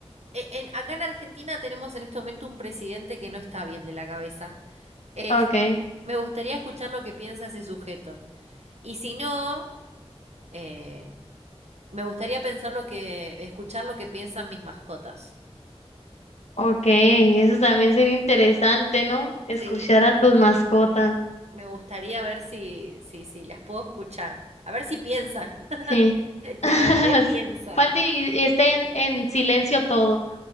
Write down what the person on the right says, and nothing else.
eh, en- acá en Argentina tenemos en este momento un presidente que no está bien de la cabeza. Eh,
<laughs> me gustaría escuchar lo que piensa ese sujeto. Y si no, eh, me gustaría pensar lo que, escuchar lo que piensan mis mascotas.
Sí,
me gustaría ver si, si, si las puedo escuchar. A ver si piensan. <laughs>
Y
a ver qué piensan.